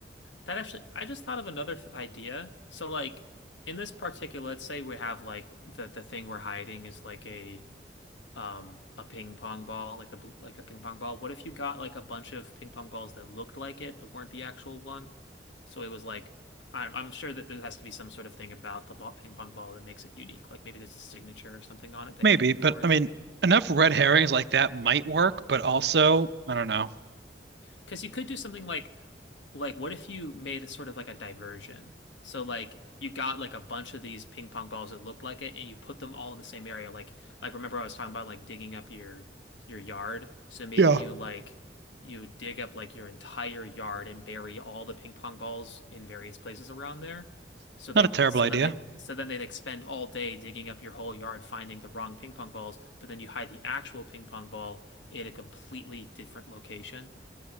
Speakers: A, on the left; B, on the right.
A: That actually I just thought of another th idea. So like in this particular, let's say we have like the the thing we're hiding is like a um a ping pong ball, like the like a ping pong ball. What if you got like a bunch of ping pong balls that looked like it but weren't the actual one? So it was like I'm I'm sure that there has to be some sort of thing about the ball, ping pong ball that makes it unique. Like maybe there's a signature or something on it that
B: Maybe,
A: can't be
B: but
A: forged.
B: I mean, enough red herrings like that might work, but also, I don't know,
A: Because you could do something like, like what if you made a sort of like a diversion? So like you got like a bunch of these ping pong balls that looked like it, and you put them all in the same area. Like like remember I was talking about like digging up your your yard. So maybe
B: Yeah.
A: you like you dig up like your entire yard and bury all the ping pong balls in various places around there. So they
B: not a terrible
A: so
B: idea.
A: then they so then they like spend all day digging up your whole yard finding the wrong ping pong balls, but then you hide the actual ping pong ball in a completely different location.